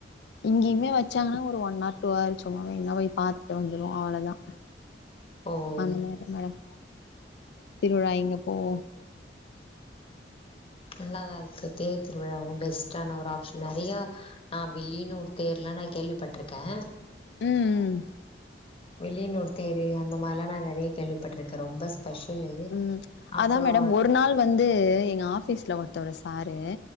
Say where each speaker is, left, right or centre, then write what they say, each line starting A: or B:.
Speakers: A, on the left; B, on the left.
A: இங்கேயுமே வச்சாங்கன்னா ஒரு ஒன் ஆர் டூ ஆர் சும்மாவே என்னா போய் பார்த்தட்டு வந்துருவோம் அவ்ளோதா
B: ஓ
A: அந்த மாரி மேடம் திருவிழா இங்க போவோம்
B: நல்லாதான் இருக்கு தேர் திருவிழாவும் பெஸ்டான ஒரு ஆப்ஷன் நறையா நான் வில்லியனூர் தேர்லாம் நான் கேள்விப்பட்டிருக்கேன்
A: ம் ம்
B: வில்லியனூர் தேரு அந்த மாரிலாம் நான் நறைய கேள்விப்பட்டிருக்கேன் ரொம்ப ஸ்பெஷலு
A: ம்
B: அப்பறோ
A: அதா மேடம் ஒரு நாள் வந்து எங்க ஆபீஸ்ல ஒருத்தவரு சாரு